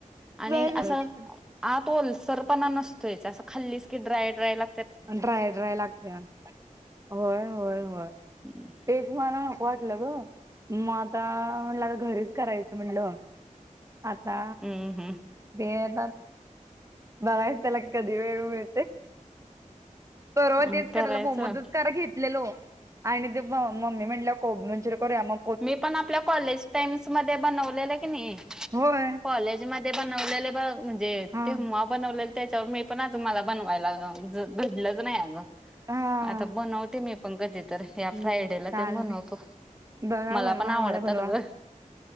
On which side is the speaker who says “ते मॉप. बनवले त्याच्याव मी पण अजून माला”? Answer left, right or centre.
Centre